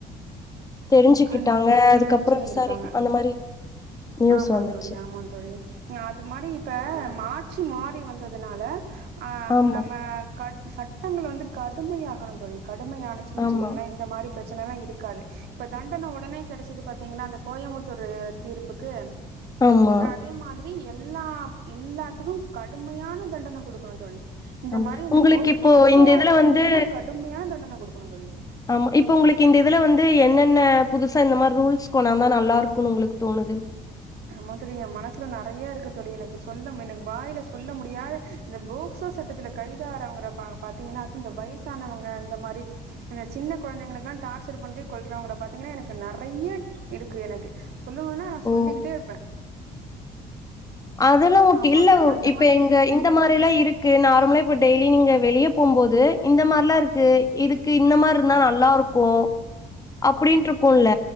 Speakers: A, on the left; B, on the right.
A: தெரிஞ்சுக்கிட்டாங்க
B: கண் தெரிஞ்சிருந்திருக்காங்க
A: அதுக்கப்பறோ விசாரி அந்த மாரி நியூஸ்
B: ஆமா
A: வந்துச்சு.
B: தோழி, ஆமா தோழி. அது மாரி இப்ப ஆட்சி மாறி வந்ததுனால ஆ
A: ஆமா,
B: நம்ம கட் சட்டங்கள் வந்து கடுமையாகனு தோழி கடுமையானச்சுன்னு வச்சக்கீங்களா
A: ஆமா,
B: இந் இந்த மாரி பிரச்சன எல்லா இருக்காது இப்ப தண்டன உடனே கெடச்சிது பாத்திங்கன்னா அந்த கோயம்புத்தூர் தீர்ப்புக்கு
A: ஆமா,
B: அதே மாதி ரி எல்லா எல்லாத்துக்கு கடுமையான தண்டன குடுக்கணு தோழி இந்த
A: ஆமா.
B: மாரி இந்த
A: உங்களுக்கு
B: போ
A: இப்போ
B: போக்ஸோ
A: இந்த இதுல
B: பாத்திங்கனா
A: வந்து
B: கடுமையான தண்டன குடுக்கணு தோழி
A: ஆமா, இப்ப உங்களுக்கு இந்த இதுல வந்து என்னென்ன புதுசா இந்த மாரி ரூல்ஸ் கொண்டுவந்தா நல்லா இருக்குன்னு உங்களுக்கு தோணுது
B: ஆமா தோழி எ மனசுல நறைய இருக்கு தோழி, எனக்கு சொல்ல எனக்கு வாயில சொல்ல முடியாத இந்த போக்சோ சட்டத்தில கைதாரவங்கள பா பாத்திங்கனா இந்த வயசானவங்க இந்த மாரி அந்த சின்ன கொழந்தைங்களுக்ல்லா டார்ச்சர் பண்ணி கொல்றவங்கள பாத்தீங்கன்னா எனக்கு நறைய இருக்கு எனக்கு சொல்லனுனா நா
A: ஓ!
B: சொல்லிக்கிட்டே இருப்ப
A: அதெல்லா ஓகே,
B: ஆமா
A: இல்ல
B: தோழி அந்த
A: இப்ப
B: மாரி
A: எங்க இந் த மாரிலா இருக்கு, நார்மலா இப்ப டெய்லி நீங்க வெளியே போம்போது இந்த மாரிலா இருக்கு இதுக்கு இந்த மாரி இருந்தா நல்லா இருக்கு, அப்டினுட்ருக்குல்ல